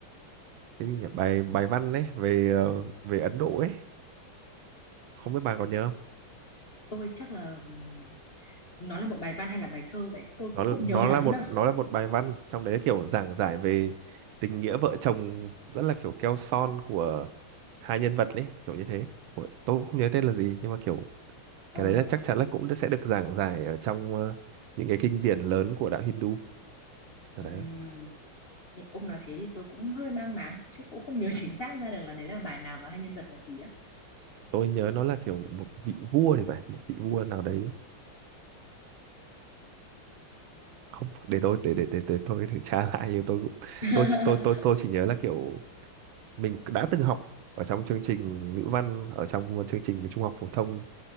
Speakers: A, on the right; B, on the left.
A: cái gì nhỉ bài bài văn ấy về ờ, về Ấn Độ ấy không biết bà còn nhớ không
B: tôi chắc là ừm, nó là một bài văn hay là bài thơ vậy tôi
A: nó
B: cũng không <laughs> nhớ
A: nó
B: lắm
A: là một
B: đâu
A: nó là một bài văn trong đấy kiểu giảng giải về tình nghĩa vợ chồng rất là kiểu keo son của hai nhân vật ấy kiểu như thế Của- tôi cũng không nhớ tên là gì nhưng mà kiểu
B: ờ
A: cái đấy là chắc chắn là cũng sẽ được giảng giải ở trong ờ, những cái kinh điển lớn của đạo Hindu kiểu
B: ừm,
A: đấy
B: nhị- ông nói thế thì tôi cũng hơi mang máng chứ cũng không nhớ chính xác ra được là đấy là bài nào và hai nhân vật là gì á
A: tôi nhớ nó là kiểu một vị vua thì phải một vị vua nào đấy không để tôi để để để, để tôi thử tra <laughs> lại nhưng tôi cũng-
B: <laughs>
A: tôi tôi tôi tôi chỉ nhớ là kiểu mình đã từng học ở trong chương trình ngữ văn ở trong chương trình trung học phổ thông